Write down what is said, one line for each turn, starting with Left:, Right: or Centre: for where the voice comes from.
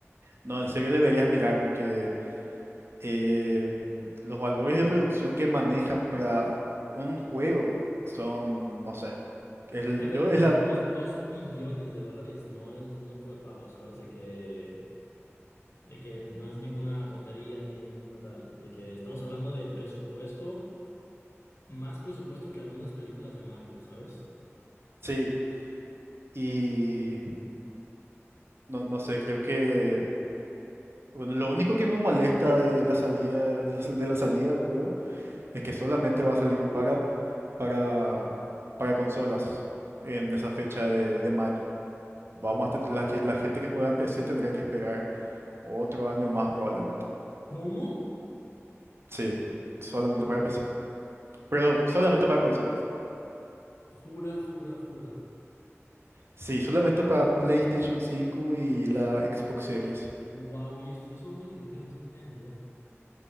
Right: No, en serio deberías mirar porque em, los valores de producción que manejan para un juego son, no sé, el,
Left: Es que, a ver,
Right: yo es
Left: dos,
Right: la,
Left: dos, dos billones de dólares no es moco de pavo, ¿sabes? De que de que no es ninguna tontería ni ninguna tal, de que estamos hablando de presupuesto, más presupuesto que algunas películas de Marvel, ¿sabes?
Right: sí. Y no, no sé, creo que... Bueno, lo único que me molesta de la salida, de la, sal- de la salida del juego es que solamente va a salir para, para, para consolas en esa fecha de, de mayo. Vamos
Left: Como-
Right: a tener, la, ge- la gente que juega en PC tendrá que esperar otro año más probablemente.
Left: ¿Cómo?
Right: Sí, solamente
Left: Jura,
Right: para PC. Pero solamente para consolas.
Left: jura, jura, jura.
Right: Sí, solamente para PlayStation 5 y la Xbox Series.
Left: Wow, ¿y es- y eso dónde lo dijeron? Eso no tienen idea.